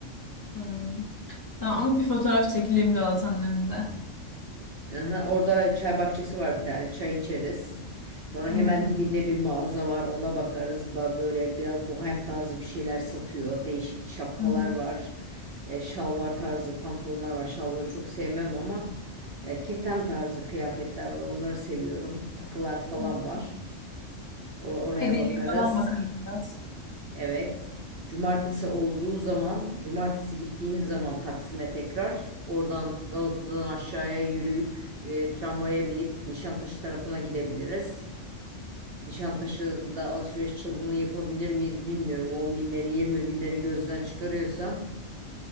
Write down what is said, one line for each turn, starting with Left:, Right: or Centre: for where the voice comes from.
Left: Hmm. Tamam ama bir fotoğraf çekileyim Galata'nın önünde.
Right: Aha, orada çay bahçesi var bir tane. Çay içeriz. Sonra
Left: Hı
Right: hemen
Left: hı,
Right: dibinde bir mağaza var. Ona bakarız. Ba- Böyle biraz bohem tarzı bir şeyler satıyor. Değişik şapkalar
Left: hı hı,
Right: var. E, şalvar tarzı pantolonlar var. Şalvarı çok sevmem ama e, keten tarzı kıyafetler var. Onları seviyorum. Takılar falan
Left: hı
Right: var.
Left: hı.
Right: Or- oraya
Left: Hediyelik
Right: bakarız.
Left: falan bakarım biraz.
Right: Evet. Cumartesi olduğu zaman, cumartesi gittiğimiz zaman Taksim'e tekrar oradan Galata'dan aşağıya yürüyüp e, tramvaya binip Nişantaşı tarafına gidebiliriz. Nişantaşı'nda alışveriş çılgınlığı yapabilir miyiz bilmiyorum. 10 binleri 20 binleri gözden çıkarıyorsan.